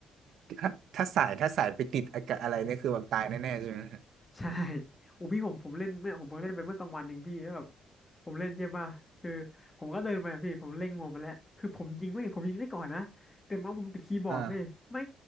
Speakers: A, on the right; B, on the left.
A: ถ้าถ้าสายถ้าสายไปติดอากาศอะไรนี่คือแบบตายแน่ๆใช่ไหมฮะ
B: ใช่โอ้พี่ผมผมเล่นเมื่อผมเพิ่งเล่นไปเมื่อกลางวันเองพี่แล้วแบบผมเล่นใช่ป่ะคือผมก็เดินไปอะพี่ผมเล็งงวมันแล้วคือผมยิงไม่ผมยิงได้ก่อนนะแต่เมาส์ผมติดคีย์บอร์ดเว้ยไม่
A: อ่า